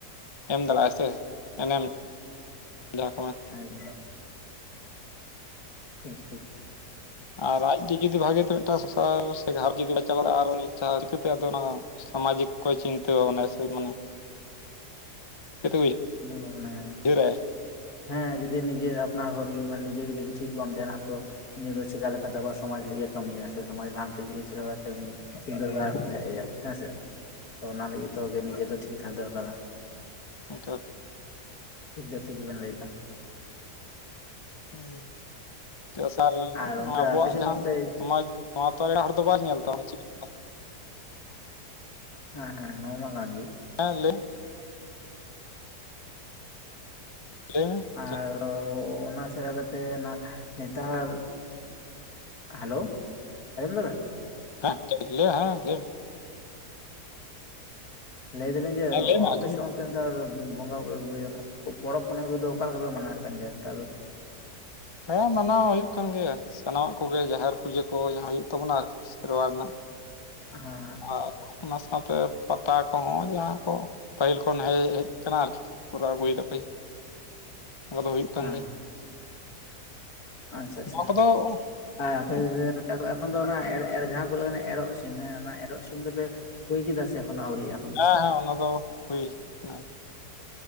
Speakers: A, on the left; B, on the left.
A: ᱮᱢ ᱫᱟᱞᱮᱜ ᱟᱭ ᱥᱮ ᱮᱱᱮᱢ, ᱡᱟᱦᱟᱸ ᱠᱚ ᱢᱮᱱ
B: ᱦᱮᱸ ᱴᱷᱤᱠ ᱴᱷᱤᱠ,
A: ᱟᱨ ᱟᱡ ᱜᱮ ᱡᱩᱫᱤ ᱵᱷᱟᱜᱮᱛᱮ ᱢᱤᱫᱴᱟᱝ ᱥᱚᱝᱥᱟᱨ ᱥᱮ ᱜᱷᱟᱨ ᱡᱩᱫᱤ ᱵᱟ ᱪᱟᱞᱟᱣ ᱫᱟᱲᱮᱭᱟᱜᱼᱟ ᱟᱨ ᱩᱱᱤ ᱤᱪᱪᱷᱟ ᱪᱤᱠᱟᱹᱛᱮ ᱟᱫᱚ ᱚᱱᱟ, ᱥᱟᱢᱟᱡᱤᱠ ᱠᱚ ᱪᱤᱱᱛᱟᱹ ᱵᱷᱟᱵᱽᱱᱟ ᱥᱮ ᱢᱟᱱᱮ <unintelligible>
B: ᱦᱮᱸ ᱢᱟᱱᱮ
A: ᱦᱤᱨᱮ
B: ᱦᱮᱸ ᱡᱩᱫᱤ ᱱᱤᱡᱮᱨ ᱟᱯᱱᱟᱟᱹᱨ ᱦᱚᱲ ᱜᱮ ᱢᱟᱱ ᱱᱤᱡᱮ ᱜᱮ ᱡᱩᱫᱤ ᱴᱷᱤᱠ ᱵᱟᱝᱢ ᱛᱟᱦᱮᱱᱟ ᱛᱚ, ᱩᱱᱤ ᱫᱚ ᱪᱮᱠᱟ ᱞᱮᱠᱟᱛᱮ ᱟᱵᱟᱨ ᱥᱚᱢᱟᱡᱽ ᱞᱟᱹᱜᱤᱫ ᱮ ᱠᱟᱹᱢᱤᱭᱟ ᱥᱮ ᱥᱚᱢᱟᱡᱽ ᱞᱟᱦᱟᱱᱛᱤ ᱞᱟᱹᱜᱤᱫ ᱪᱮᱠᱟᱛᱮ ᱩᱱᱤ ᱥᱤᱫᱟᱹ ᱫᱟᱨ ᱠᱚ ᱦᱮᱜ ᱟᱭᱟ, ᱦᱮᱸᱥᱮ ᱛᱚ ᱚᱱᱟ ᱞᱟᱹᱜᱤᱫ ᱛᱮ ᱱᱤᱡᱮ ᱫᱚ ᱴᱷᱤᱠ ᱛᱟᱦᱮᱸ ᱫᱚᱨᱠᱟᱨᱟ᱾
A: ᱚᱱᱠᱟ
B: ᱴᱷᱤᱠ ᱫᱚ ᱴᱷᱤᱠ ᱜᱮᱵᱮᱱ ᱞᱟᱹᱭᱫᱟ,
A: ᱦᱮᱸ ᱪᱟᱥᱟᱨ
B: ᱟᱨ ᱚᱱᱛᱮ
A: ᱱᱚᱣᱟ ᱟᱵᱚᱣᱟᱜ
B: ᱟᱯᱮ ᱥᱮᱫ
A: ᱡᱟᱦᱟᱸ
B: ᱫᱚ ᱚᱱᱛᱮ
A: ᱥᱚᱢᱟᱡᱽ ᱱᱚᱣᱟ ᱛᱚ ᱮᱴᱟᱜ ᱦᱚᱲ ᱫᱚ ᱵᱟᱭ ᱧᱮᱞ ᱛᱟᱢᱟ ᱪᱮᱫ ᱞᱮᱠᱟ,
B: ᱦᱮᱸ ᱦᱮᱸ ᱱᱚᱣᱟ ᱢᱟ ᱜᱟᱱ ᱜᱮᱼᱼ
A: ᱦᱮᱸ ᱞᱟᱹᱭ ᱞᱟᱹᱭ ᱢᱮ
B: ᱟᱨ ᱚᱱᱟ ᱥᱮᱲᱟ ᱠᱟᱛᱮᱼᱼ ᱱ ᱚᱱᱟ ᱱᱮᱛᱟᱨ ᱦᱮᱞᱳ ᱟᱸᱡᱚᱢᱚᱢ ᱫᱟ ᱵᱮᱱ?
A: ᱦᱞᱤ ᱦᱮ
B: ᱞᱟᱹᱭ ᱫᱟᱞᱤᱧ ᱡᱮ
A: ᱦᱮᱸ ᱞᱟᱹᱭ ᱢᱮ
B: ᱚᱯᱷᱤᱥᱚᱱ
A: ᱟᱸᱡᱚᱢ
B: ᱛᱮ ᱱᱮᱛᱟᱨ ᱵᱚᱸᱜᱟ ᱯᱚᱨᱚᱵᱽ ᱯᱩᱱᱟᱭ ᱠᱚᱫᱚ ᱚᱠᱟᱞᱮ ᱞᱮᱠᱟᱯᱮ ᱢᱟᱱᱟᱣᱮᱫ ᱠᱟᱱ ᱜᱮᱭᱟ ᱱᱮᱛᱟᱨ ᱫᱚ?
A: ᱦᱮᱸ ᱢᱟᱱᱟᱣ ᱦᱩᱭᱩᱜ ᱠᱟᱱ ᱜᱮᱭᱟ ᱥᱟᱱᱟᱢᱟᱜ ᱠᱚᱜᱮ ᱡᱟᱦᱮᱨ ᱯᱩᱡᱟᱹ ᱠᱚ ᱡᱟᱦᱟᱸ ᱦᱩᱭᱩᱜ ᱛᱟᱵᱚᱱᱟ ᱟᱨᱠ ᱥᱮᱨᱣᱟ ᱨᱮᱱᱟᱜ
B: ᱦᱮᱸ ᱦᱮᱸ
A: ᱟᱨ ᱚᱱᱟ ᱥᱟᱶᱛᱮ ᱯᱟᱛᱟ ᱠᱚᱦᱚᱸ ᱡᱟᱦᱟᱸ ᱠᱚ ᱯᱟᱹᱦᱤᱞ ᱠᱷᱚᱱ ᱦᱮᱡ ᱦᱮᱡ ᱟᱠᱟᱱᱟ ᱟᱨᱠᱤ ᱠᱚᱨᱟᱣ ᱟᱜᱩᱭᱫᱟ ᱠᱚ
B: <inaudible>
A: ᱚᱱᱟᱠᱟᱫᱚ ᱦᱩᱭᱩᱜ ᱠᱟᱱ
B: ᱦᱮᱸ
A: ᱜᱮᱭᱟ᱾
B: ᱦᱮᱸ ᱟᱪᱪᱷᱟ ᱟᱪᱪᱷᱟ
A: ᱱᱚᱣᱟ ᱠᱚᱫᱚ
B: ᱟᱨ ᱟᱯᱮ
A: ᱦᱮᱸ
B: ᱮᱠᱷᱚᱱ ᱫᱚ ᱡᱟᱦᱟᱸ ᱠᱚ ᱞᱟᱹᱭ ᱠᱟᱱᱟ ᱮᱨᱚᱜ ᱥᱤᱢ ᱦᱮᱸ ᱚᱱᱟ ᱮᱨᱚᱜ ᱥᱤᱢ ᱫᱚᱯᱮᱼᱼ ᱦᱩᱭ ᱠᱮᱫᱟ ᱥᱮ ᱮᱚᱱ ᱟᱣᱨᱤᱟᱜ-ᱟ?
A: ᱦᱮᱸ ᱦᱮᱸ ᱚᱱᱟ ᱫᱚ ᱦᱩᱭ ᱮᱱᱟ